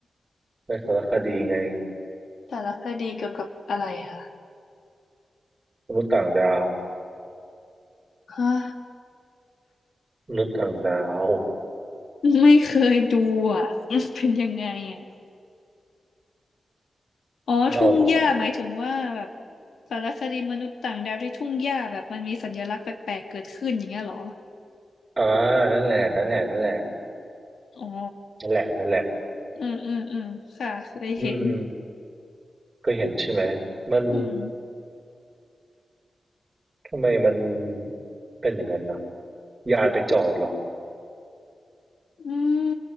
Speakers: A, on the right; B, on the left.
A: ในสารคดีไง
B: สารคดีเกี่ยวกับอะไรคะ
A: มนุษย์ต่างดาว
B: ฮะ
A: มนุษย์ต่างดาว
B: ไม่เคยดูอ่ะ <laughs> มันเป็นยังไงอ่ะอ๋อทุ่งหญ้าหมายถึงว่าแบบ
A: ไม่เอาหรอ
B: สารคดีมนุษย์ต่างดาวที่ทุ่งหญ้าแบบมันมีสัญลักษณ์แปลกๆเกิดขึ้นอย่างเงี้ยเหรอ
A: อ่านั่นแหละนั่นแหละนั่นแหละ
B: อ๋อ
A: นั่นแหละนั่นแหละ
B: เออเออเออค่ะเคยเห็น
A: อืมก็เห็นใช่ไหมมัน
B: อืม
A: ทำไมมันเป็นอย่างนั้นเนาะยานไปจอดเหรอ
B: อืม